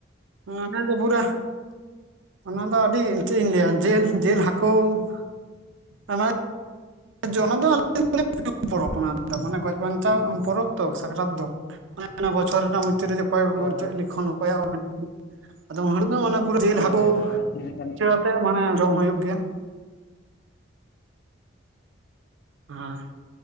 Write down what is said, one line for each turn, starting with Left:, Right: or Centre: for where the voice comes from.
Right: ᱚᱱᱟ <unintelligible> ᱯᱩᱨᱟ᱾ ᱚᱱᱟ ᱫᱚ ᱟᱹᱰᱤ ᱪᱮᱫ ᱤᱧ ᱞᱟᱹᱭ-ᱟ ᱡᱤᱞ ᱡᱤᱞ ᱦᱟᱹᱠᱩ <unintelligible> ᱚᱱᱟ ᱫᱚ ᱟᱞᱮ <unintelligible> ᱯᱚᱨᱚᱵᱽ ᱚᱱᱟ ᱢᱟᱱᱮ ᱜᱚᱡ ᱵᱟᱧᱪᱟᱣ ᱯᱚᱨᱚᱵᱽ ᱛᱚ ᱥᱟᱠᱨᱟᱛ ᱫᱚ᱾ <unintelligible> ᱵᱚᱪᱷᱚᱨ ᱨᱮᱱᱟᱜ ᱢᱩᱪᱟ. ᱫ ᱨᱮ ᱚᱠᱚᱭ
Left: ᱦᱳᱭ ᱦᱳᱭ
Right: ᱪᱮᱫ ᱞᱤᱠᱷᱚᱱ ᱚᱠᱚᱭᱟᱜ ᱚᱞ <unintelligible> ᱟᱫᱚ <unintelligible> ᱯᱩᱨᱟᱹ ᱡᱤᱞ
Left: ᱦᱳᱭ
Right: ᱦᱟᱠᱳ
Left: ᱦᱳᱭ ᱦᱟᱹᱛᱤ
Right: <inaudible>
Left: ᱞᱮᱠᱟᱱ ᱦᱮᱸ
Right: ᱪᱟᱹ ᱟᱛᱮ ᱢᱟᱱᱮ ᱡᱚᱢ ᱦᱳᱭᱳᱜ ᱜᱮᱭᱟ᱾ ᱟ